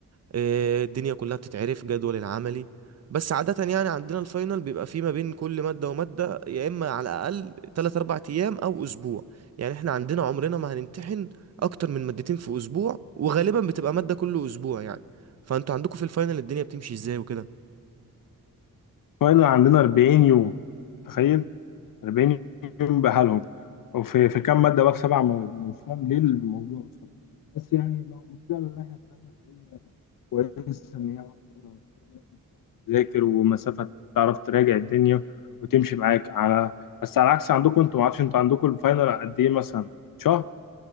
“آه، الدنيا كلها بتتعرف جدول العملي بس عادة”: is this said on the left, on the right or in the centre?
Right